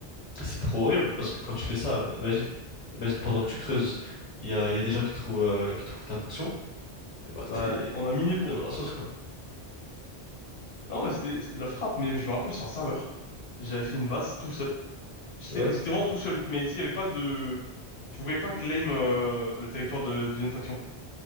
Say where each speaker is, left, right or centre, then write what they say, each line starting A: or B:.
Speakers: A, on the left; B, on the left.
A: C'est trop horrible parce que quand tu fais ça, bah, imagine, imagine pendant que tu creuses, il y a, il y a des gens qui trouvent, euh, qui trouvent ta faction et bah
B: Bah,
A: t'es
B: on a miné pour
A: t'es dans
B: eux.
A: la sauce quoi.
B: Non, mais c'était c'était de la frappe, mais je me rappelle sur un serveur, j'avais fait une base tout seul. J'étais
A: Ouais,
B: j'étais vraiment tout seul, mais tu sais, il y avait pas de... Tu pouvais pas claim euh, le territoire de- d'une autre faction.